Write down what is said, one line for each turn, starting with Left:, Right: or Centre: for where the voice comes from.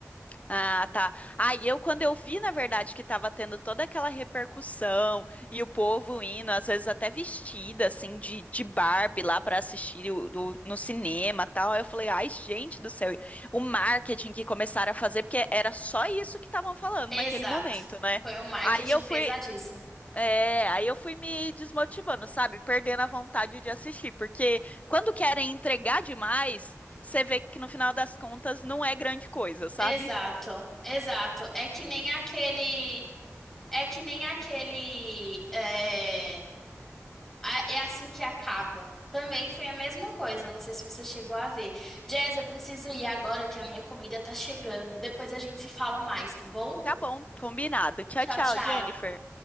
Left: Ah, tá. Aí eu, quando eu vi, na verdade, que tava tendo toda aquela repercussão e o povo indo, às vezes até vestida, assim, de, de Barbie lá pra assistir o- do- no cinema e tal, aí eu falei, ai, gente do céu, o marketing que começaram a fazer, porque era só isso que estavam falando
Centre: Exato.
Left: naquele momento, né?
Centre: Foi um marketing
Left: Aí eu
Centre: pesadíssimo.
Left: fui. É, aí eu fui me desmotivando, sabe? Perdendo a vontade de assistir, porque quando querem entregar demais, você vê que no final das contas não é grande coisa, sabe?
Centre: Exato. Exato. É que nem aquele é que nem aquele é, a- é assim que acaba. Também foi a mesma coisa, não sei se você chegou a ver. Jazz, eu preciso ir agora que a minha comida tá chegando. Depois a gente se fala mais, tá bom?
Left: Tá bom, combinado. Tchau,
Centre: Tchau,
Left: tchau,
Centre: tchau.
Left: Jennifer.